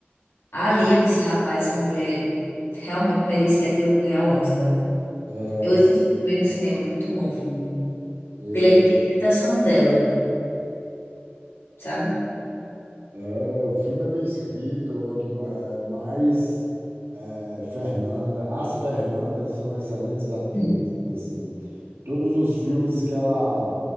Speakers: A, on the left; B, on the right.
A: Ali eu disse, rapaz, essa mulher realmente merecia ter o- ganhar o Oscar.
B: É,
A: Eu assisti também no cinema, muito bom o filme.
B: é,
A: Pela interpretação dela, sabe?
B: é, o filme é bem escrito, é, mas é, Fernanda, as Fernandas são excelentes atrizes,
A: Uhum.
B: assim. Todos os filmes que ela